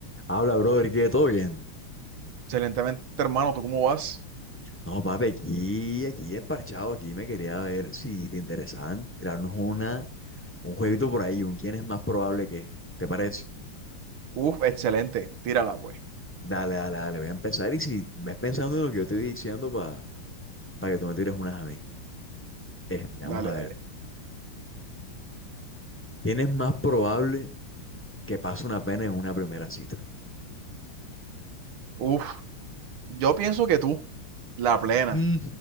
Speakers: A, on the left; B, on the right.
A: Habla, brother, que todo bien.
B: Excelentemente, hermano. ¿Tú cómo vas?
A: No, papi, aquí, aquí es parchado, aquí me quería ver si te interesaban tirarnos una, un jueguito por ahí, un quién es más probable que, ¿te parece?
B: Uf, excelente. Tírala, pues.
A: Dale, dale, dale, voy a empezar y si ves pensando en lo que yo estoy diciendo para que tú me tires unas a mí. Este, vamos
B: Dale,
A: a
B: dale.
A: ver. ¿Quién es más probable que pase una pena en una primera cita?
B: Uf, yo pienso que tú, la plena.
A: Mm,